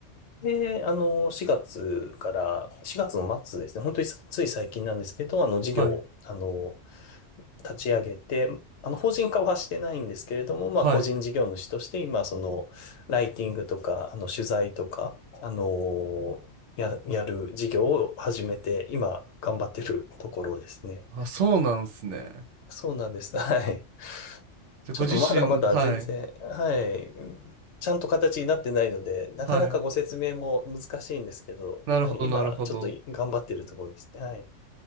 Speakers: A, on the left; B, on the right.
A: で、あの、4月から、4月の末ですね、本当にさつい最近なんですけど、あの、事業を、
B: はい
A: あの、立ち上げて、あの、法人化はしてないんですけれども、まあ、
B: はい。
A: 個人事業主として、今、その、ライティングとか、あの、取材とか、あの、や、やる事業を始めて、今、頑張ってるところですね。
B: あ、そうなんですね。
A: そうなんです。はい。
B: で、ご自身、
A: ちょっとまだまだ全然、
B: はい。
A: はい、ちゃんと形になってないので、なかなかご説明も難しいんですけど、
B: はい。なるほど、
A: はい、今、
B: なるほど。
A: ちょっと頑張ってるところですね。はい。